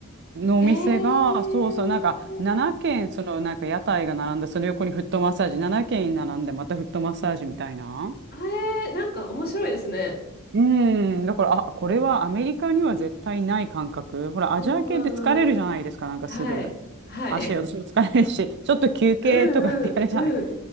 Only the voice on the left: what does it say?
へえ。
えー、なんか面白いですね。
うんうんうん。
はい。はい。
<laughs> うんうんうん。